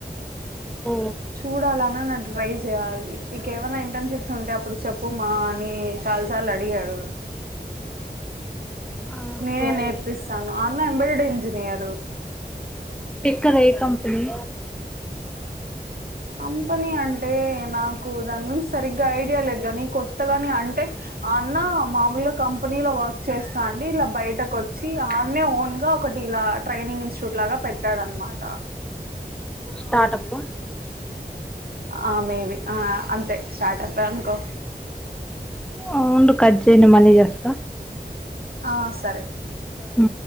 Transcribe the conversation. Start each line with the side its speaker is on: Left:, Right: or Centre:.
Centre: హు
Right: చూడాలనన్నా ట్రై చేయాలి. ఇంకేవన్నా ఇంటర్న్షిప్స్ ఉంటే అప్పుడు చెప్పుమా అని చాలాసార్లు అడిగాడు.
Centre: ఆహా.
Right: నేనే నేర్పిస్తాను. ఆ అన్నా ఎంబాడెడ్ ఇంజనీయరు.
Centre: ఎక్కడ ఏ కంపెనీ?
Right: కంపెనీ అంటే నాకు దాని గురించి సరిగ్గా ఐడియా లేదు కానీ కొత్తగనే అంటే ఆ అన్నా మామూలుగా కంపెనీలో వర్క్ చేస్తాండి, ఇలా బయటకు వచ్చి ఆ అన్నే ఓన్గా ఒకటి ఇలా ట్రైనింగ్ ఇన్స్టిట్యూట్ లాగా పెట్టాడు అనమాట.
Centre: స్టార్టపా
Right: ఆ మేబి ఆ అంతే స్టార్టప్పే అనుకో.
Centre: అవుండు కట్చేయు నేను మళ్ళీ చేస్తా.
Right: ఆ సరే.
Centre: ఆ